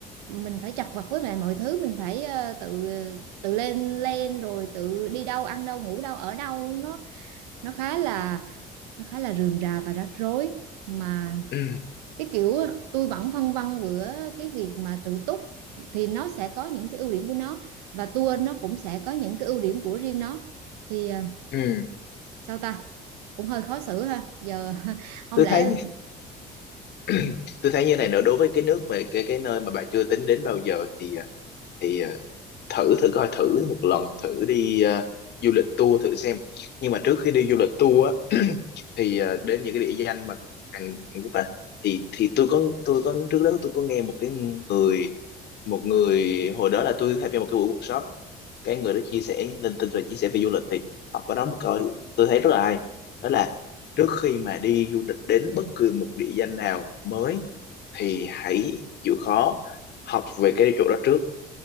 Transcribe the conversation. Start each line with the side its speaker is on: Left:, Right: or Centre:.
Right: mình phải chật vật với lại mọi thứ mình phải ờ, tự tự lên lên rồi tự đi đâu ăn đâu ngủ đâu ở đâu nó nó khá là nó khá là rườm rà và rắc rối mà
Left: ừ,
Right: cái kiểu tôi vẫn phân vân giữa cái việc mà tự túc thì nó sẽ có những cái ưu điểm của nó và tour nó cũng sẽ có những cái ưu điểm của riêng nó thì à,
Left: ừ.
Right: sao ta cũng hơi khó xử ha giờ <laughs> không
Left: tôi
Right: lẽ
Left: thấy <clears throat> tôi thấy như này nữa đối với cái nước về cái cái nơi mà bà chưa tính đến bao giờ thì ờ, thì ờ, thử thử coi thử một lần thử đi ờ, du lịch tour thử xem nhưng mà trước khi đi du lịch tour á <clears throat> thì ờ, đến những cái địa danh mà Hàn, Hàn Quốc á thì thì tôi có tôi có trước đó tôi có nghe một cái người một người hồi đó là tôi tham gia một cái buổi workshop cái người đó chia sẻ lên tin và chia sẻ về du lịch thì họ có nói một câu tôi thấy rất là hay đó là trước khi mà đi du lịch đến bất cứ một địa danh nào mới thì hãy chịu khó học về cái chỗ đó trước